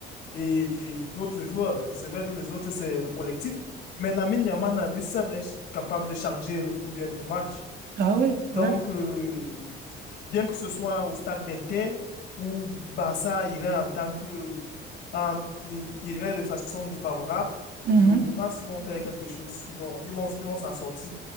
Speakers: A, on the left (about 60°); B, on the right (about 55°).
A: et, et d'autres joueurs. C'est vrai que les autres, c'est le collectif. Mais Lamine Yamal, à lui seul, est capable de changer le cours de- du match.
B: ah oui,
A: Donc,
B: ouais.
A: euh, bien que ce soit au stade d'Inter, où Barça irait en tant que, en- irait de façon défavorable,
B: Mhm.
A: je, je pense qu'ils vont faire quelque chose. Ils vont, ils vont, ils vont s'en sortir.